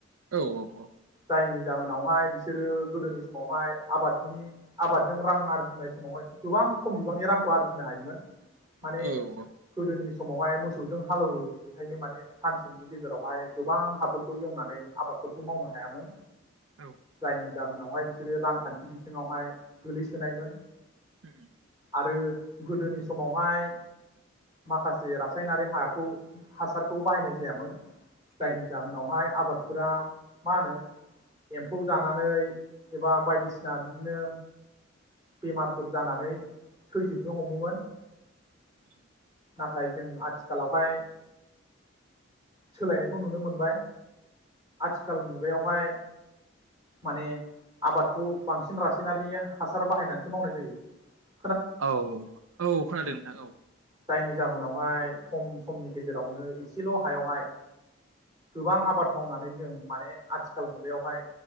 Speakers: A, on the right (about 85°); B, on the right (about 20°).
A: औ औ औ
B: जायनि जाहोनावहाय बिसोरो गोदोनि समावहाय आबादनि आबादजों रां आरजिनाय समावहाय गोबां खम बिबांनि रांखौ आरजिनो हायोमोन । माने
A: औ
B: गोदोनि समावहाय मोसौजों हालौवो बिनिखायनो माने सानसेनि गेजेरावहाय गोबां हाफोरखौ एवनानै आबादफोरखौ मावनो हायामोन।
A: औ
B: जायनि जाहोनावहाय बिसोर रांखान्थि बिथिङावहाय गोलैसोनायमोन
A: उम
B: आरो गोदोनि समावहाय माखासे रासायनारि हाखौ हासारखौ बाहायनाय जायामोन जायनि
A: औ
B: जाहोनावहाय आ आबादफोरा मा होनो एम्फौ जानानै एबा बायदिसिना बायदिसिना बिदिनो बेमारफोर जानानै थैजोबनो हमोमोन ।
A: उम
B: नाथाय जों आथिखालावहाय सोलायनायखौ नुनो मोनबाय आथिखाल मुगायावहाय माने आबादखौ बांसिन रासायनारि हासार बाहायनानैसो मावनाय जायो ।
A: औ औ खोनादों नोंथां औ ।
B: जायनि जाहोनावहाय खम समनि गेजेरावनो एसेल हायावहाय गोबां आबाद मावनानै जों माने आथिखाल मुगायावहाय